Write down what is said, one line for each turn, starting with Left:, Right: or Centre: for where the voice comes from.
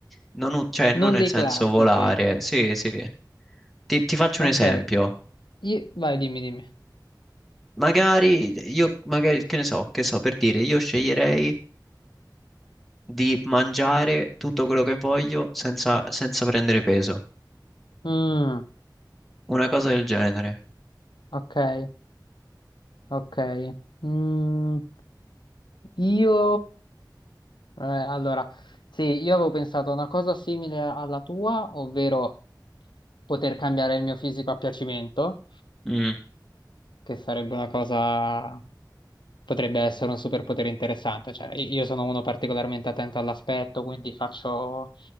Centre: non, u- cioè, non
Left: non
Centre: nel
Left: dei
Centre: senso
Left: classici.
Centre: volare, sì, sì. ti ti faccio
Left: Ok,
Centre: un esempio.
Left: io- vai, dimmi, dimmi.
Centre: Magari, io, magari, che ne so, che so, per dire, io sceglierei di mangiare tutto quello che voglio senza, senza prendere peso.
Left: Mm,
Centre: Una cosa del genere.
Left: ok, ok. Mm, io, eh, allora, sì, io avevo pensato a una cosa simile alla tua, ovvero poter cambiare il mio fisico a piacimento,
Centre: Mm,
Left: che sarebbe una cosa potrebbe essere un superpotere interessante. Cioè, i- io sono uno particolarmente attento all'aspetto, quindi faccio,